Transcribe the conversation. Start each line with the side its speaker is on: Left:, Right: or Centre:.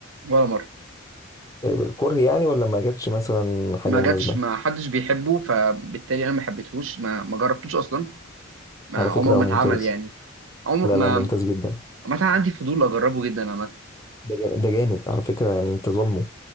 Right: ولا مره
Left: الكره يعني ولا ما جاتش مثلا حاجة
Right: ما
Left: مناسبة
Right: جاتش ما حدش بيحبه فبالتالي انا ما حبيتهوش ما ما جربتوش اصلا ما
Left: على فكرة
Right: عمره ما
Left: ممتاز
Right: اتعمل يعني عمر
Left: لا
Right: ما
Left: لا ممتاز جدا
Right: عامه عندي فضول اجربه جدا عامه
Left: ده جامد ده جامد على فكرة يعني انت ظالمه